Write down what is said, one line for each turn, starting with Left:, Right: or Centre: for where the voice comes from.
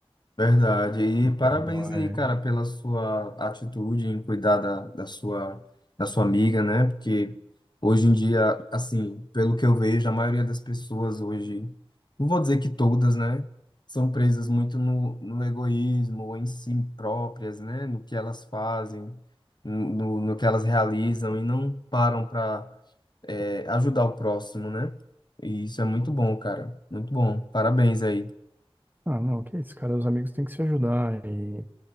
Left: Verdade. E
Right: Então,
Left: parabéns aí,
Right: é...
Left: cara, pela sua atitude em cuidar da, da sua, da sua amiga, né? Porque hoje em dia, assim, pelo que eu vejo, a maioria das pessoas hoje, não vou dizer que todas, né? São presas muito no, no egoísmo, ou em si próprias, né? No que elas fazem, no, no que elas realizam, e não param para ajudar o próximo, né? E isso é muito bom, cara. Muito bom. Parabéns aí.
Right: Ah, não, que isso, cara, os amigos têm que se ajudar. E